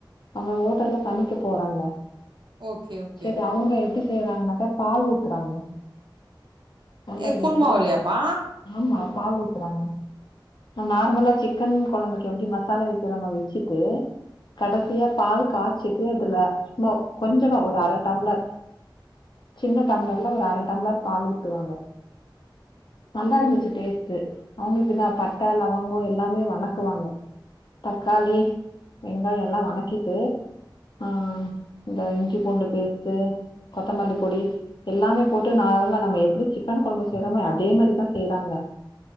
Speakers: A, on the left; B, on the right.
A: அவுங்க ஹோட்டல்ல சமைக்க போறாங்க
B: ஓகே ஓகே.
A: செரி அவுங்க எப்டி செய்றாங்கனாக்க பால் ஊத்துறாங்க நல்லா
B: எ குருமாவுலயாப்பா?
A: கெட்டியா ஆமா பால் ஊத்துறாங்க நா நார்மலா சிக்கன் கொழம்புக்கு எப்டி மசாலா வெக்கிறமோ வெச்சிட்டு கடசியா பால் காச்சிட்டு அதுல சும்மா கொஞ்சமா ஒரு அர டம்ளர் சின்ன டம்ளர்ல ஒரு அர டம்ளர் பால் ஊத்துவாங்க நல்லா இருந்துச்சி டேஸ்டு அவுங்களுக்குதா பட்ட லவங்கோ எல்லாமே வணக்குவாங்க தக்காளி வெங்காயெல்லா வனக்கிட்டு ஆ இந்த இஞ்சி பூண்டு பேஸ்ட்டு கொத்தமல்லி பொடி எல்லாமே போட்டு நார்மலா நம்ப எப்டி சிக்கன் கொழம்பு செய்றமே அதே மாரிதா செய்றாங்க